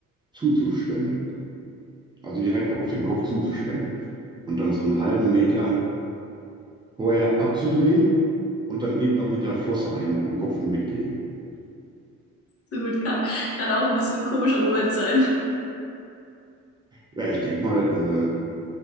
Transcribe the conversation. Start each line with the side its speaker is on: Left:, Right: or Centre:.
Right: zuzuschwimmen. also direkt auf den Kopf zuzuschwemmen und dann so einen halben Meter vorher abzudrehen und dann eben noch mit der Flosse einen am Kopf mitgeben.
Left: So gut, kann, kann auch ein bisschen ein komischer Moment sein.
Right: Ja, ich denke mal, äh,